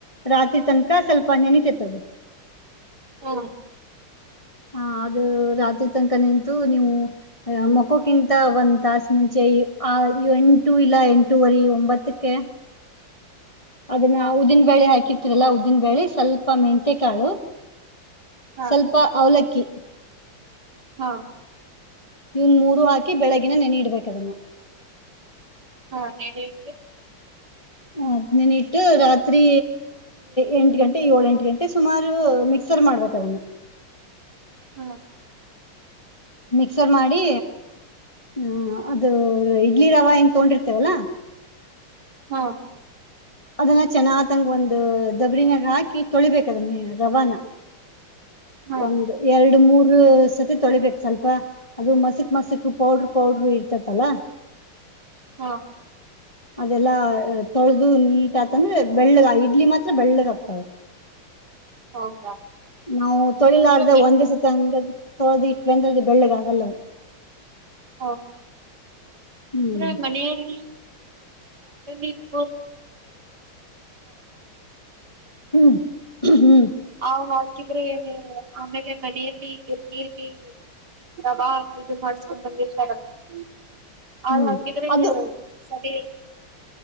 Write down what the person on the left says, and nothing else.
ರಾತ್ರಿ ತನಕ ಸ್ವಲ್ಪ ನೆನಿತೈತಿ ಅದ್.
ಹಾ ಅದ್ ರಾತ್ರಿ ತನಕ ನಿಂತು ನೀವು ಮೊಕ್ಕೋಕ್ಕಿಂತ ಒಂದ್ ತಾಸ ಮುಂಚೆ ಆ ಎಂಟು ಇಲ್ಲ ಎಂಟೂವರಿ, ಒಂಬತ್ತಕ್ಕೆ ಅದನ್ನ
ಉದ್ದಿನ ಬೇಳೆ ಹಾಕಿರ್ತಿರಲ್ಲಾ ಉದ್ದಿನ ಬೇಳೆ ಸ್ವಲ್ಪ ಮೆಂತೆಕಾಳು
ಸ್ವಲ್ಪ ಅವಲಕ್ಕಿ.
ಇವನ್ ಮೂರು ಹಾಕಿ ಬೆಳಗಿನ ನೆನಿ ಇಡ್ಬೇಕದನ್ನ.
ಅದ್ ನೆನಿ ಇಟ್ಟ ರಾತ್ರಿ ಎಂಟ ಗಂಟೆ, ಏಳ, ಎಂಟು ಗಂಟೆ ಸುಮಾರು ಮಿಕ್ಸರ್ ಮಾಡ್ಬೇಕದನ್ನ.
ಮಿಕ್ಸರ್ ಮಾಡಿ ಹಾ ಅದು ಇಡ್ಲಿ ರವಾ ಹೆಂಗ್ ತಗೊಂಡಿರ್ತೀವಲ್ಲಾ
ಅದನ್ನ ಚೆನ್ನತಂಗ ಒಂದ ದಬರಿನಾಗ ಹಾಕಿ ತೊಳಿಬೇಕ ಅದನ್ನೇ ರವಾನಾ.
ಒಂದು ಎರಡು ಎರಡು, ಮೂರು ಸತಿ ತೊಳಿಬೇಕ್ ಸ್ವಲ್ಪ ಅದು ಮಸಕ್ ಮಸಕ್ ಪೌಡ್ರ ಪೌಡ್ರರು ಇರ್ತತಲ್ಲ. <inaudible>
<inaudible> ಅದೆಲ್ಲಾ ತೊಳೆದು ನೀಟ್ ಆತಂದ್ರೆ ಬೆಳ್ಳಗ್ ಇಡ್ಲಿ ಮಾತ್ರ ಬೆಳ್ಳಗ್ ಆಗ್ತಾವ.
ನಾವು ತೊಳಿಲಾರ್ದ
ಒಂದೇಸತ್ತ ಹಂಗ್ ತೊಳದು ಇಟ್ವೆಂದ್ರ ಅದ್ ಬೆಳ್ಳಿಗ್ ಆಗಲ್ಲವು.
ಹ್ಮ್
ಹ್ಮು ಹ್ಮು.
ಹ್ಮ್
ಅದು